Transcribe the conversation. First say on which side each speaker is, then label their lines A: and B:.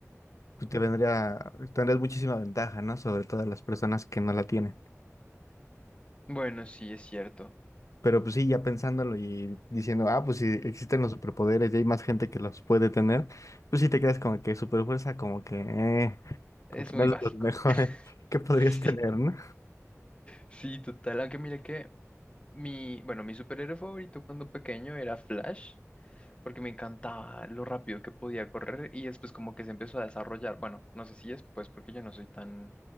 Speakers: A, on the left; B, on the left.
A: pues te vendría, tendrías muchísima ventaja, ¿no? Sobre todas las personas que no la tienen.
B: Bueno, sí, es cierto.
A: Pero pues sí, ya pensándolo y diciendo, ah, pues si existen los superpoderes y hay más gente que los puede tener, pues sí te quedas como que superfuerza, como que, eh,
B: Es
A: como que
B: muy
A: no es
B: básico.
A: de los mejores
B: <laughs>
A: <laughs> que podrías
B: Sí,
A: tener, ¿no?
B: sí, total. Aunque mira que. Mi, bueno, mi superhéroe favorito cuando pequeño era Flash, porque me encantaba lo rápido que podía correr y después como que se empezó a desarrollar. Bueno, no sé si después, porque yo no soy tan,